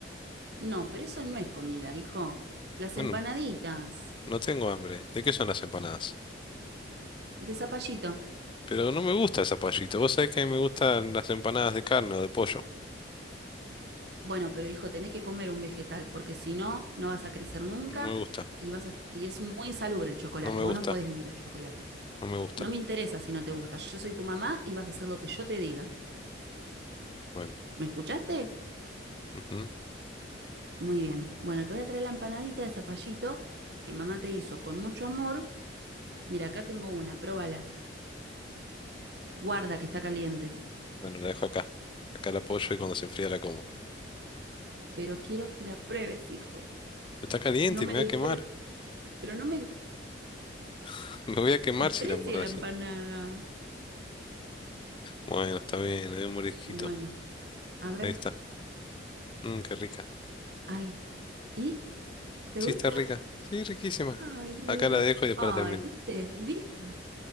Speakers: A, on the right (about 60°); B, on the left (about 25°).
A: No, pero eso no es comida, hijo. Las
B: Bueno,
A: empanaditas
B: no tengo hambre. ¿De qué son las empanadas?
A: de zapallito.
B: Pero no me gusta el zapallito. Vos sabés que a mí me gustan las empanadas de carne o de pollo.
A: Bueno, pero hijo, tenés que comer un vegetal, porque si no, no vas a crecer nunca
B: No me gusta.
A: y vas a- y es muy insalubre el chocolate.
B: No me
A: Vos
B: gusta.
A: no podés vivir a chocolate.
B: No me gusta.
A: No me interesa si no te gusta. Yo soy tu mamá y vas a hacer lo que yo te diga.
B: Bueno.
A: ¿Me escuchaste?
B: ujú.
A: Muy bien. Bueno, te voy a traer la empanadita de zapallito que mamá te hizo con mucho amor. Mira, acá tengo una, pruébala. Guarda que está caliente.
B: Bueno, la dejo acá. Acá la apoyo y cuando se enfría la como.
A: Pero quiero que la pruebes, hijo.
B: Está caliente,
A: No me
B: me voy
A: desprecies.
B: a quemar.
A: Pero no me
B: <laughs> Me voy a quemar
A: desprecie
B: si la muerdo
A: la
B: así.
A: empanada.
B: Bueno, está bien, le doy un mordisquito.
A: Bueno, a ver.
B: Ahí está. Mmm, qué rica.
A: Ay, ¿y? ¿Te
B: Sí,
A: gusta?
B: está rica. Sí, riquísima.
A: Ay, me
B: Acá
A: alegro.
B: la dejo y después
A: Ay,
B: la termino.
A: ¿viste? ¿Viste?